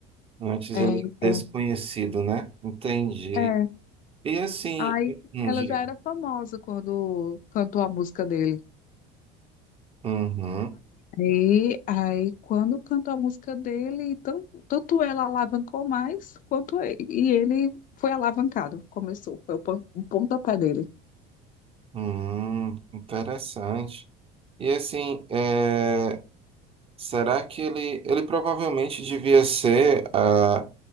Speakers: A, on the right; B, on the left.
A: Antes
B: É,
A: ele é
B: é.
A: desconhecido, né? Entendi.
B: É.
A: E assim,
B: Aí
A: não
B: ela
A: digo.
B: já era famosa quando cantou a música dele.
A: Uhum,
B: Aí, aí quando cantou a música dele, tan- tanto ela alavancou mais, quanto ele, e ele foi alavancado, começou, foi o pon- o pontapé dele.
A: uhum, interessante. E assim, é, será que ele, ele provavelmente devia ser, ah,